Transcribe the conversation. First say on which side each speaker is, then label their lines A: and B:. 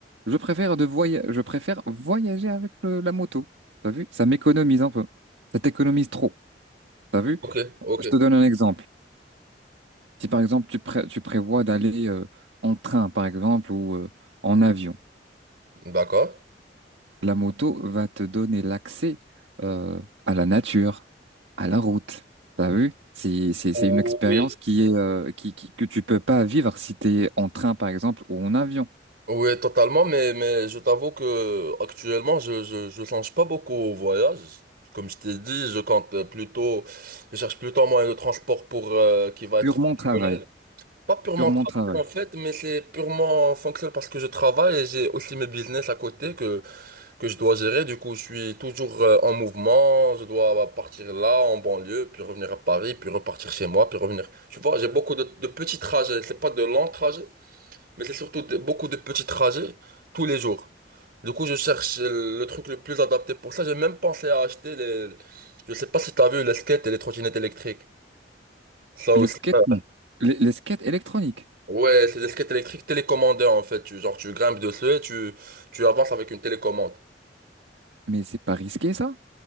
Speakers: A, on the right (about 80°); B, on the right (about 60°).
A: Je préfère de voya- je préfère voyager avec le- la moto. T'as vu? Ça m'économise un peu. Ça t'économise trop. T'as vu?
B: Ok, ok.
A: Je te donne un exemple. Si par exemple tu, pré- tu prévois d'aller euh, en train par exemple ou euh, en avion,
B: D'accord.
A: la moto va te donner l'accès euh, à la nature, à la route. T'as vu? C'est c'est
B: Oui.
A: c'est une expérience qui est euh, qui, qui que tu peux pas vivre si t'es en train par exemple ou en avion.
B: Oui, totalement, mais, mais je t'avoue que actuellement, je, je, je songe pas beaucoup au voyage. Comme je t'ai dit, je compte euh, plutôt, je cherche plutôt un moyen de transport pour, euh, qui va être
A: Purement
B: fonctionnel.
A: travail,
B: Pas purement
A: purement
B: travail,
A: travail.
B: en fait, mais c'est purement fonctionnel parce que je travaille et j'ai aussi mes business à côté que, que je dois gérer. Du coup, je suis toujours, euh, en mouvement. Je dois partir là, en banlieue, puis revenir à Paris, puis repartir chez moi, puis revenir. Tu vois, j'ai beaucoup de, de petits trajets. C'est pas de longs trajets. Mais c'est surtout de- beaucoup de petits trajets tous les jours. Du coup, je cherche euh, le truc le plus adapté pour ça. J'ai même pensé à acheter les... Je sais pas si t'as vu les skates et les trottinettes électriques. Ça
A: Les
B: aussi.
A: skates
B: euh,
A: non, les, les skates électroniques.
B: Ouais, c'est des skates électriques télécommandés en fait. Tu, genre, tu grimpes dessus et tu, tu avances avec une télécommande.
A: Mais c'est pas risqué ça?